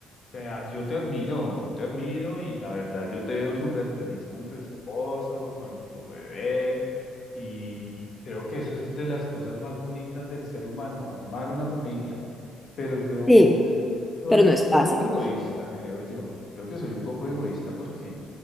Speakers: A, on the left; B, in the centre.
A: O sea, yo te admiro, yo te admiro y la verdad yo te veo súper feliz con tu esposo, con tu bebé y, y creo que eso es de las cosas más bonitas del ser humano, armar una familia. Pero yo
B: Sí,
A: soy
B: pero no
A: un
B: es
A: poco
B: fácil.
A: egoísta, creo yo. Creo que soy un poco egoísta porque...